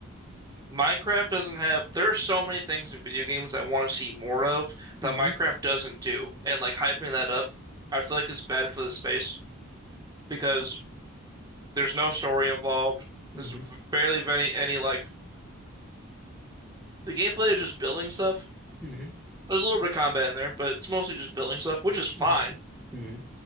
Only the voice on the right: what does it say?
Minecraft doesn't have, there are so many things in video games I want to see more of that
Minecraft doesn't do. And like hyping that up, I feel like is bad for the space because there's no story involved. There's
barely any, any like, the gameplay is just building stuff.
There's a little bit of combat in there, but it's mostly just building stuff, which is fine,